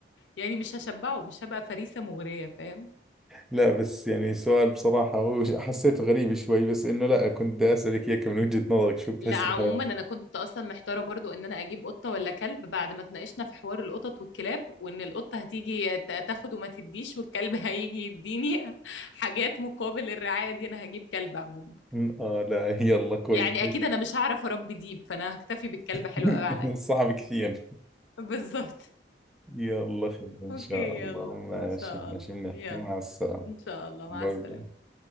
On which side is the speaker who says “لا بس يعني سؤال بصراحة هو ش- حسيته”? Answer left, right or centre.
Centre